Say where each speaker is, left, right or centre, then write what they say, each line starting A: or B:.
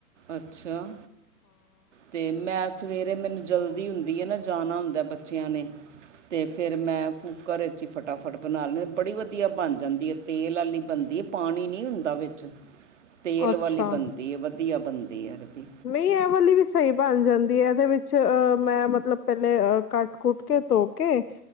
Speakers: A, on the right; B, on the left.
A: ਅੱਛਾ। ਤੇ ਮੈਂ ਸਵੇਰੇ ਮੈਨੂੰ ਜਲਦੀ ਹੁੰਦੀ ਐਨਾਂ, ਜਾਣਾ ਹੁੰਦਾ ਬੱਚਿਆਂ ਨੇਂ। ਤੇ ਫਿਰ ਮੈਂ ਕੂੱਕਰ ਵਿੱਚ ਈ ਫਟਾਫਟ ਬਣਾ ਲੈਂ ਬੜੀ ਵਧੀਆ ਬਣ ਜਾਂਦੀ ਐ। ਤੇਲ ਵਾਲੀ ਬਣਦੀ ਪਾਣੀ ਨਹੀਂ ਹੁੰਦਾ ਵਿੱਚ
B: <inaudible>
A: ਤੇਲ
B: ਅੱਛਾ
A: ਵਾਲੀ ਬਣਦੀ ਐ, ਵਧੀਆ ਬਣਦੀ ਏ ਅਰਬੀ।
B: ਨਈਂ ਇਹ ਵਾਲੀ ਵੀ ਸਹੀ ਬਣ ਜਾਂਦੀ ਐ ਇਹਦੇ ਵਿੱਚ ਮੈਂ ਮਤਲਬ ਪਹਿਲੇ ਕੱਟ-ਕੁੱਟ ਕੇ ਧੋ ਕੇ